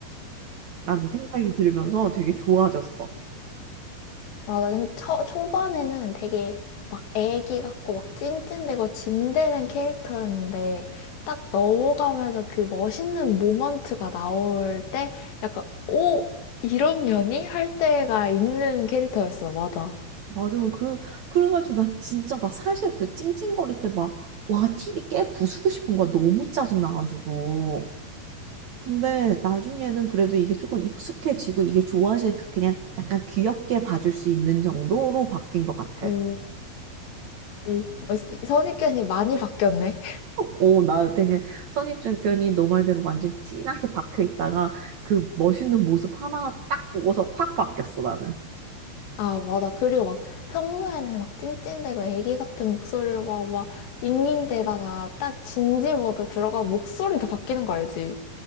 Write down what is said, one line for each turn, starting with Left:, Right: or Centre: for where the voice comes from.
Right: 라는 생각이 들으면서 되게 좋아졌어.
Left: 맞아. 근데 초, 초반에는 되게 막 애기 같고 막 찡찡대고 진대는 캐릭터였는데 딱 넘어가면서 그 멋있는 모먼트가 나올 때 약간, 오! 이런 년이? 할 때가 있는 캐릭터였어. 맞아.
Right: 맞아. 그, 그래가지고 나 진짜, 나 사실 그 찡찡거릴 때 막, 와, TV 깨 부수고 싶은 거야. 너무 짜증나가지고. 근데 나중에는 그래도 이게 조금 익숙해지고 이게 좋아지니까 그냥 약간 귀엽게 봐줄 수 있는 정도로 바뀐 것 같아.
Left: 음, 이 어, 선입견이 많이 바뀌었네.
Right: 오, 나 되게 선입견이 너 말대로 완전 진하게 박혀 있다가 그 멋있는 모습 하나 딱 보고서 확 바뀌었어, 나는.
Left: 아, 맞아. 그리고 막 평소에는 막 찡찡대고 애기 같은 목소리로 막, 막 잉잉대다가 딱 진지 모드 들어가 목소리도 바뀌는 거 알지?